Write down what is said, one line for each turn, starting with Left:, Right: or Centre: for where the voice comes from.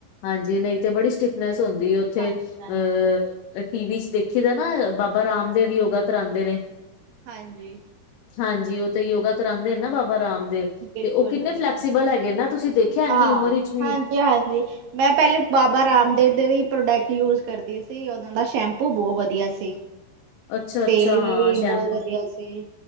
Left: ਹਾਂਜੀ ਨਹੀਂ ਤੇ ਬੜੀ ਸਟਿਫਨੈਸ ਹੁੰਦੀ ਹੈ ਉੱਥੇ,
Right: ਹਾਂਜੀ ਹਾਂਜੀ।
Left: ਅ ਟੀਵੀ 'ਚ ਦੇਖੀ ਦਾ ਨਾ, ਬਾਬਾ ਰਾਮਦੇਵ ਯੋਗਾ ਕਰਾਉਂਦੇ ਨੇ
Right: ਹਾਂਜੀ।
Left: ਹਾਂਜੀ ਉਹ ਤੇ ਯੋਗਾ ਕਰਾਉਂਦੇ ਨਾ, ਬਾਬਾ ਰਾਮਦੇਵ।
Right: ਬਿਲਕੁਲ
Left: ਤੇ ਉਹ ਕਿੰਨੇ
Right: ਬਿਲਕੁਲ।
Left: ਫਲੈਕਸੀਬਲ ਹੈਗੇ ਨਾ, ਤੁਸੀਂ ਦੇਖਿਆ ਇੰਨੀ
Right: ਹਾਂ
Left: ਉਮਰ ਵਿੱਚ ਵੀ
Right: ਹਾਂਜੀ ਹਾਂਜੀ। ਮੈਂ ਪਹਿਲੇ ਬਾਬਾ ਰਾਮਦੇਵ ਦੇਵੀ ਪ੍ਰੋਡਕਟ ਯੂਜ ਕਰਦੀ ਸੀ, ਉਦੋਂ ਦਾ ਸ਼ੈਂਪੂ ਬਹੁਤ ਵਧੀਆ ਸੀ।
Left: ਅੱਛਾ
Right: ਤੇਲ
Left: ਅੱਛਾ, ਹਾਂ
Right: ਵੀ
Left: ਸ਼ੈਂਪੂ
Right: ਬਹੁਤ ਵਧੀਆ ਸੀ